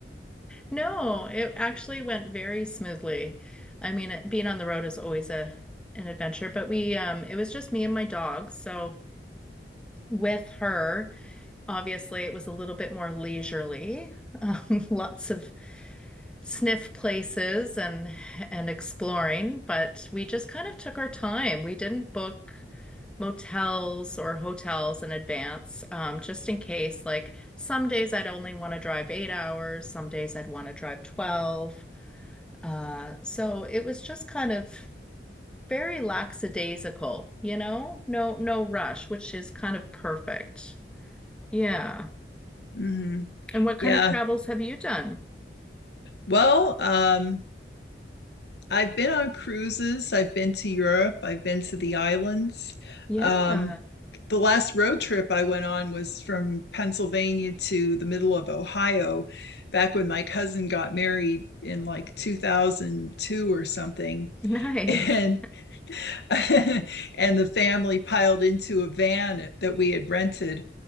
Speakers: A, in the centre; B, on the left.
A: No, it actually went very smoothly. I mean, it- being on the road is always a an adventure, but we um it was just me and my dog, so with her. Obviously, it was a little bit more leisurely. Um, <laughs> lots of sniff places and and exploring, but we just kind of took our time. We didn't book motels or hotels in advance, um, just in case. Like some days I'd only want to drive eight hours, some days I'd want to drive 12. Uh, so it was just kind of very lackadaisical, you know? No, no rush, which is kind of perfect. Yeah.
B: hmm
A: And what kind
B: Yeah.
A: of travels have you done?
B: Well, um, I've been on cruises. I've been to Europe. I've been to the islands.
A: Yeah,
B: Um, the last road trip I went on was from Pennsylvania to the middle of Ohio, back when my cousin got married in like 2002 or something. <laughs>
A: nice.
B: And <laughs> and the family piled into a van that we had rented